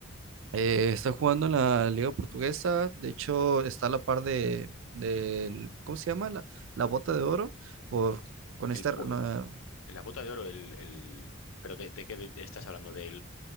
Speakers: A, on the right (about 65°); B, on the left (about 75°).
A: Eh, está jugando en la Liga Portuguesa, de hecho está a la par de, del, ¿cómo se llama? La, la bota de oro por, con
B: El,
A: este,
B: pu-
A: no,
B: eh, la bota de oro, el, el- ¿pero de, de qué estás hablando? ¿De